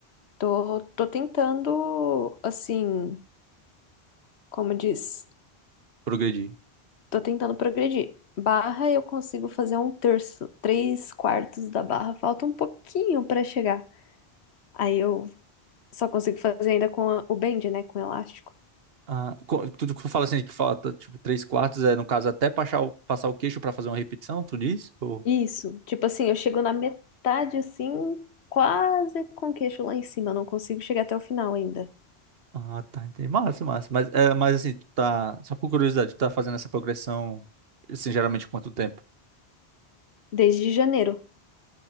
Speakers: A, on the left (about 80°); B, on the right (about 65°).
A: Tô, tô tentando, assim, como diz?
B: progredi.
A: Tô tentando progredir. Barra, eu consigo fazer um terço, três quartos da barra. Falta um pouquinho pra chegar. Aí eu só consigo fazer ainda com a- o bend, né? Com o elástico.
B: Ah, co- tu, tu fala assim que falta tipo três quartos, é no caso até passar o, passar o queixo para fazer uma repetição, tu diz? Ou...
A: Isso. Tipo assim, eu chego na metade assim, quase com o queixo lá em cima. Eu Não consigo chegar até o final ainda.
B: Ah, tá, entendi. Massa, massa. Mas, é, mas assim, tu tá. Só por curiosidade, tu tá fazendo essa progressão, assim, geralmente quanto tempo?
A: Desde janeiro.